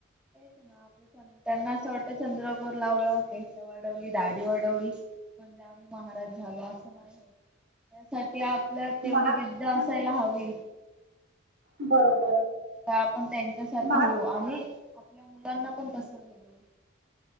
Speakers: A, in the centre; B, on the right.
A: तेच ना आपलं च त्यांना असं वाटतं चंद्रकोर लावलं का मिशी वाढवली दाडी वाढवली म्हणजे आम्ही महाराज झालो असं नाही होतं. त्यासाठी आपल्या
B: महा
A: तेवढी जिद्द असायला
B: हो
A: हवी.
B: बरोबर
A: तर आपण त्यांच्यासारखं
B: महा
A: होऊ आणि आपल्या मुलांना पण तसं घडवू.